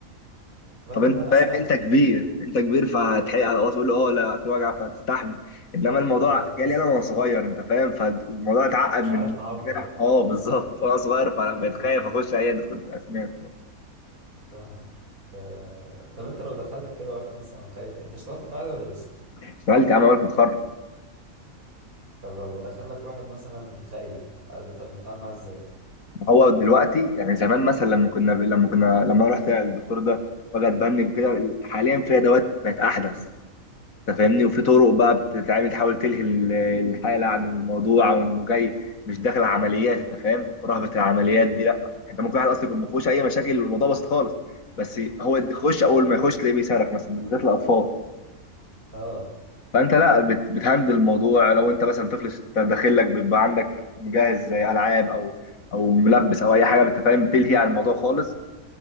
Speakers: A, on the right; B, on the left.
A: رغم
B: طب انت
A: ان انا
B: فاهم
A: اسمع
B: انت
A: ان
B: كبير انت كبير فهتحق اه تقول اه لا في وجع فهتستحمل انما الموضوع
A: اه بس
B: جالي انا وانا صغير انت فاهم فالموضوع اتعقد
A: مش
B: من
A: عارف تعبر
B: اه بالظبط وانا صغير فبقيت
A: ايوه
B: خايف اخش اي دكتور اسنان
A: فاهمك آه... طب انت لو دخلك كده واحد مثلا خايف انت اشتغلت في عادي ولا لسه
B: اشتغلت يا عم بالك متخرج
A: طب لو دخلك واحد مثلا خايف آه، بت- بتتعامل معاه ازاي
B: هو دلوقتي يعني زمان مثلا لما كنا لما كنا لما رحت الدكتور ده وجع اتبني وكده حاليا في ادوات بقت احدث انت فاهمني وفي طرق بقى بتتعمل تحاول تلهي ال- الحاله عن الموضوع او انه جاي مش داخل عمليات انت فاهم رهبه العمليات دي لا انت ممكن واحد اصلا يكون ما فيهوش اي مشاكل والموضوع بسيط خالص بس هو يخش اول ما يخش تلاقيه بيصرخ مثلا بالذات الاطفال
A: اه
B: فانت لا بت- بتهندل الموضوع لو انت مثلا طفل داخل لك بيبقى عندك مجهز زي العاب او او ملبس او اي حاجه انت فاهم بتلهي عن الموضوع خالص